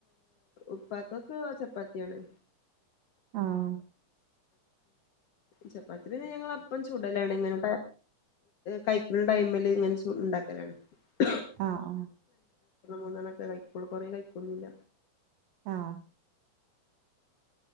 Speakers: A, on the left; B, on the right.
A: ഉപ്പാക്കൊക്കെ ചപ്പാത്തിയാണ്.
B: ആഹ.
A: ചപ്പാത്തി പിന്നെ ഞങ്ങ അപ്പം ചൂടലാണ് ഇങ്ങനെ കഴിക്കുന്ന ടൈമില് ഇങ്ങനെ ഉണ്ടാക്കലാണ്. <unintelligible>
B: ആഹ്
A: മൂന്നണൊക്കെ കഴിക്കൊള്ളു കുറേ കഴിക്കൊന്നുല്ല.
B: ആഹ.